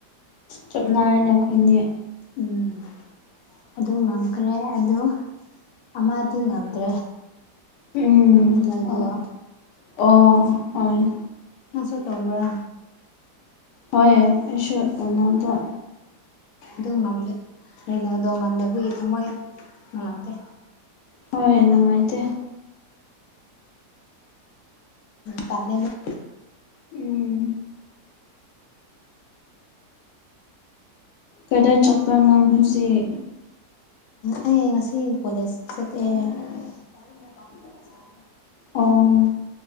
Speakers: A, on the left (about 85°); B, on the left (about 70°).
A: ꯆꯞꯅꯔꯅꯦ ꯑꯩꯈꯣꯏꯅꯦ
B: ꯎꯝ ꯑꯗꯨ ꯉꯝꯈ꯭ꯔꯦ ꯑꯗꯨ ꯑꯃꯗꯤ ꯉꯝꯗ꯭ꯔꯦ
A: ꯎꯝ
B: ꯍꯅꯗ
A: ꯍꯣꯏ
B: <unintelligible>
A: ꯑꯣ ꯍꯣꯏ
B: ꯅꯁꯨ ꯇꯧꯕ꯭ꯔ
A: ꯍꯣꯏ ꯑꯩꯁꯨꯗ
B: ꯑꯗꯨ ꯀꯩꯅꯣꯗꯣ ꯉꯝꯗꯕꯒꯤ ꯊꯝꯃꯣꯏ ꯅꯨꯡꯉꯥꯏꯇꯦ
A: ꯍꯣꯏ ꯅꯨꯡꯉꯥꯏꯇꯦ
B: ꯇꯥꯅꯅ <unintelligible>
A: ꯎꯝ ꯀꯗ ꯆꯛꯄꯅꯣ ꯍꯧꯖꯤꯛ
B: ꯑꯩ ꯉꯁꯤ ꯀꯣꯂꯦꯖ ꯆꯠꯇꯦ ꯄꯅꯦ ꯄꯝꯕꯂ ꯆꯔꯦ
A: ꯑꯣ